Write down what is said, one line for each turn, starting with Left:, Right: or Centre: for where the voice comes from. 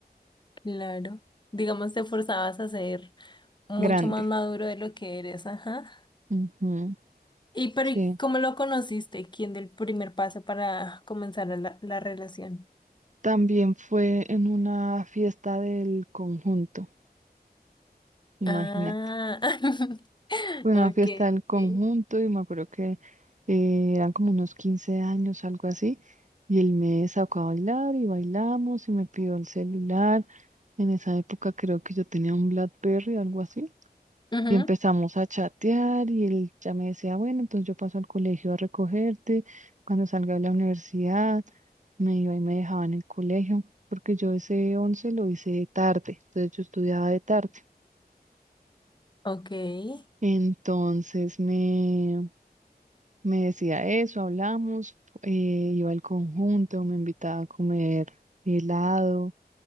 Left: claro, digamos te forzabas a ser mucho
Right: grande.
Left: más maduro de lo que eres, ajá.
Right: Ujú,
Left: Y pero
Right: sí.
Left: ¿y ¿cómo lo conociste? ¿Quién del primer paso para comenzar la, la relación?
Right: También fue en una fiesta del conjunto, imagínate.
Left: Ah, <laughs>
Right: Fue una
Left: okay,
Right: fiesta del conjunto
Left: okay.
Right: y me acuerdo que eh, eran como unos 15 años, algo así, y él me sacó a bailar y bailamos y me pidió el celular. En esa época creo que yo tenía un BlackBerry, algo así.
Left: Ujú,
Right: Y empezamos a chatear y él ya me decía, bueno, entonces yo paso al colegio a recogerte, cuando salga de la universidad, me iba y me dejaba en el colegio, porque yo ese 11 lo hice de tarde, entonces yo estudiaba de tarde.
Left: Okay.
Right: Entonces me, me decía eso, hablamos, eh, iba al conjunto, me invitaba a comer helado,